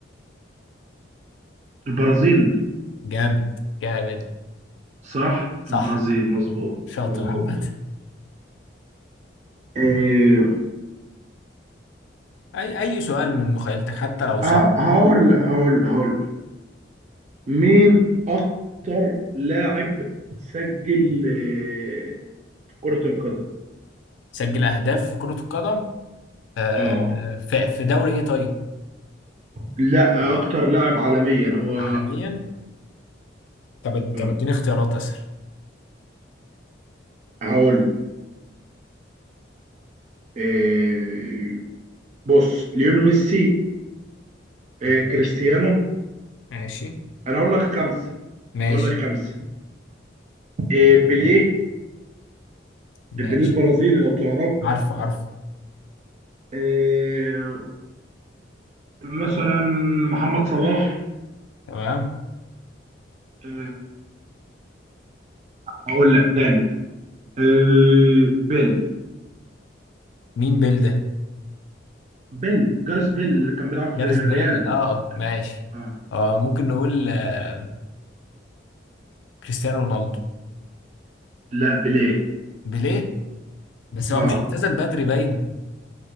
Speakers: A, on the right; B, on the left.
A: البرازيل
B: جامد جامد
A: صح
B: صح
A: البرازيل مظبوط
B: شاطر
A: مظبوط
B: عامة
A: إيه
B: اي اي سؤال من مخيلتك حتى لو صعب
A: آه، هقول هقول هقول مين اكتر لاعب سجل آه، في كرة القدم
B: سجل اهداف في كرة القدم آه،
A: اه
B: في في دوري ايه طيب
A: لا اكتر لاعب عالميا هو
B: عالميا طب
A: مم،
B: طب اديني اختيارات اسهل
A: هقول آه، بص ليون ميسي آه، كريستيانو
B: ماشي ماشي
A: انا اقول لك خمسة
B: ماشي
A: اقول لك خمسة آه، بيليه
B: ماشي
A: آه، بيليه البرازيلي لو تعرف
B: عارفه عارفه
A: آه، مثلا محمد صلاح
B: تمام
A: آه، اقول لك تاني آه، بيل
B: مين بيل ده
A: بيل جارس بيل اللي كان بيلعب في
B: جاريث
A: الريال
B: بيل اه ماشي
A: آه.
B: آه ممكن نقول آه كريستيانو رونالدو
A: لا بيليه
B: بيليه بس
A: اه
B: هو مش اعتزل بدري باين